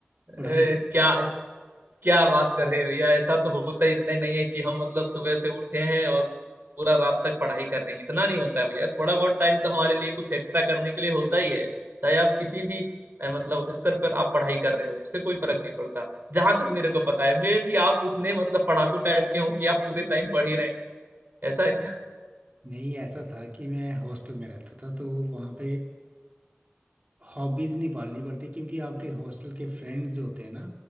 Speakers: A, on the right; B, on the right.
A: पढ़ाई
B: ए,
A: भी
B: क्या क्या बात कर रहे हो भैया ऐसा तो होता ही नहीं, नहीं है कि हम मतलब सुबह से उठे हैं और पूरा रात तक पढ़ाई कर रहे हैं इतना नहीं होता है भैया थोड़ा बहुत टाइम तो हमारे लिए कुछ एक्स्ट्रा करने के लिए होता ही है चाहे आप किसी भी अ, मतलब स्तर पर आप पढ़ाई कर रहे हो उससे कोई फर्क नहीं पड़ता जहां तक मेरे को पता है मे भी आप इतने मतलब पढ़ाकू टाइप के हो कि आप पूरे टाइम पढ़ ही रहे हैं ऐसा है क्या <laughs>
A: नहीं ऐसा था कि मैं हॉस्टल में रहता था तो वहाँ पे हॉबीज नहीं पालनी पड़ती क्योंकि आपके हॉस्टल के फ्रेंड्स जो होते हैं ना